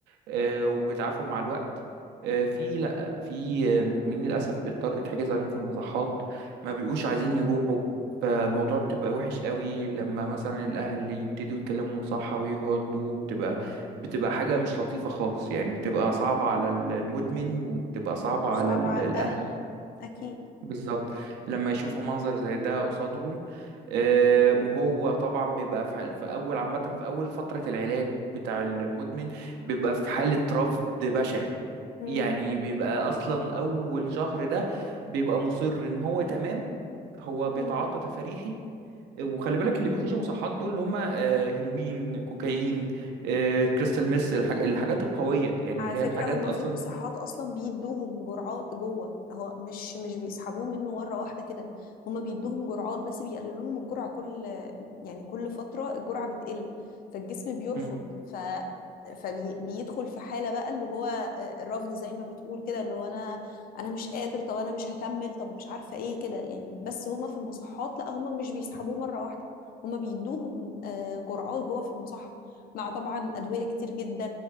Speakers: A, on the right (about 85°); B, on the left (about 60°).
A: آه، وبتعافوا مع الوقت آه، في لا في آه، مدمنين للاسف بيضطر يتحجز عليهم في المصحات ما بيبقوش عايزين يروحوا فالموضوع
B: مم.
A: بتبقى وحش قوي لما مثلا الاهل يبتدوا يتكلموا مصحة ويجوا ياخدوه بتبقى بتبقى حاجة مش لطيفة خالص يعني بتبقى صعبة على ال- المدمن وبتبقى صعبة على
B: صعب
A: ال-
B: على
A: الاهل
B: الاهل اكيد
A: بالظبط لما يشوفوا منظر زي ده قصادهم آه، وهو طبعا بيبقى في حال- في اول عامه في اول فتره العلاج بتاع المدمن بيبقى في حاله رفض بشع
B: مم.
A: يعني بيبقى اصلا اول شهر ده بيبقى مصر ان هو تمام هو بيتعاطى
B: مم.
A: تفريحي وخلي بالك اللي بيخشوا مصحات دول اللي هم آه، هيروين كوكايين آه، كريستال ميس الحاج... الحاجات القويه يعني
B: على
A: اللي هي
B: فكرة
A: الحاجات
B: هما
A: اصلا
B: في المصحات أصلا بيدوهم جرعات جوه هو مش مش بيسحبوه منه مرة واحدة كده هما بيدوهم جرعات بس بيقللوا لهم الجرعة كل يعني كل فترة الجرعة بتقل فالجسم بيرفض
A: امم
B: ف فبيدخل في حالة بقى اللي هو آه، الرفض زي ما بتقول كده اللي هو أنا أنا مش قادر طب أنا مش هكمل طب مش عارفة إيه كده يعني بس هما في المصحات لا هما مش بيسحبوه مرة واحدة هما بيدوهم آه، جرعات جوه في المصحة مع طبعا أدوية كتير جدا